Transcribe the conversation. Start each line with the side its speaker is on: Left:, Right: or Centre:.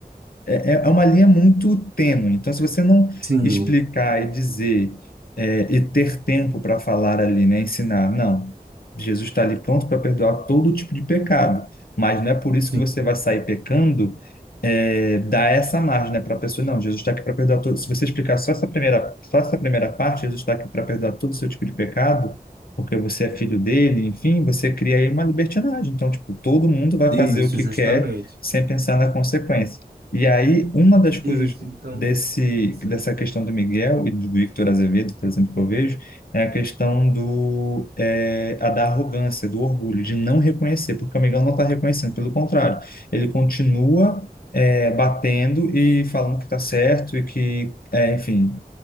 Left: é, é é uma linha muito tênue. Então, se você não
Right: sim.
Left: explicar e dizer é, e ter tempo para falar ali, né, ensinar, não, Jesus está ali pronto para perdoar todo tipo de pecado, mas não é por isso
Right: sim.
Left: que você vai sair pecando. É, dar essa margem, né, para a pessoa, não, Jesus está aqui para perdoar todo. Se você explicar só essa primeira, só essa primeira parte, Jesus está aqui para perdoar todo o seu tipo de pecado, porque você é filho dele, enfim, você cria aí uma libertinagem. Então, tipo, todo mundo vai
Right: Isso,
Left: fazer o que
Right: justamente.
Left: quer sem pensar na consequência. E aí, uma das coisas
Right: Isso, então,
Left: desse,
Right: sim.
Left: dessa questão do Miguel e do Victor Azevedo, por exemplo, que eu vejo, é a questão do, é, a da arrogância, do orgulho, de não reconhecer, porque o Miguel não está reconhecendo, pelo contrário, ele continua, é, batendo e falando que está certo e que, é, enfim,